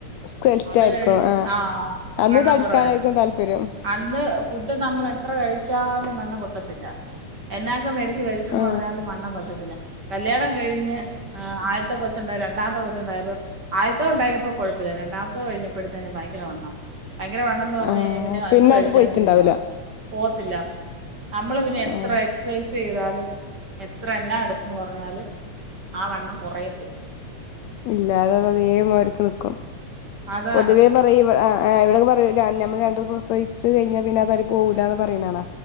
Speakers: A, on the left; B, on the right.
A: സ്കെൽറ്റായിരിക്കും
B: അത് കഴിഞ്ഞ്
A: ആ
B: ആഹ്
A: അന്ന്
B: വണ്ണം
A: തടിക്കാനായിരിക്കും
B: കുറവായിരുന്നു.
A: താല്പര്യം
B: അന്ന് ഫുഡ് നമ്മൾ എത്ര കഴിച്ചാലും വണ്ണം വെക്കത്തില്ല. എന്നക്കെ മേടിച്ച് കഴിച്ചന്ന്
A: ആ
B: പറഞ്ഞാലും വണ്ണം വെക്കത്തില്ല കല്യാണം കഴിഞ്ഞ് ആ അ ത്തെ കൊച്ചുണ്ട രണ്ടമത്തെ കൊച്ചുണ്ടായപ്പോ ആദ്യത്തോ ഉണ്ടായിയപ്പോ കൊഴപ്പില്ല രണ്ടാമത്തെ കഴിഞ്ഞപ്പോഴടുത്തന്നന് ഭയങ്കര വണ്ണാ. ഭയങ്കര വണ്ണന്ന് പറഞ്
A: ആ
B: കഴിഞ്ഞാൽ പിന്നെ എന്ത് കഴിച്ചാലും
A: അത് പോയിട്ടുണ്ടാവൂല
B: പിന്നെ വ പോവത്തില്ല നമ്മള് പിന്നെ
A: ആ
B: എത്ര എക്സസൈസ് ചെയ്താലും എത്ര എണ്ണ എടുത്തന്ന് പറഞ്ഞാലും ആ വണ്ണം കൊറയത്തില്ല.
A: ഇല്ല അത് അത് അതേ മാർക്ക് നിക്കും
B: അതാണ്
A: പൊതുവെ പറ ഇവി ആഹ് ആഹ് ഇവടെക്കെ പറയൂ നമ്മൾ രണ്ടരപ പ്രസഹിച്ചു കഴിഞ്ഞാ പിന്നെ അതടി പോകൂല എന്ന് പറയുന്നാണ.